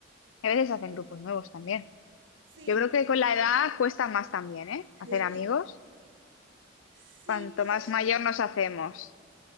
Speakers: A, on the left (about 80°); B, on the right (about 65°).
A: a veces hacen grupos nuevos también.
B: Sí,
A: Yo creo
B: me
A: que
B: apunté.
A: con la edad cuesta más también, ¿eh?
B: <laughs>
A: Hacer amigos.
B: Sí,
A: Cuanto
B: puede
A: más
B: ser.
A: mayor nos hacemos.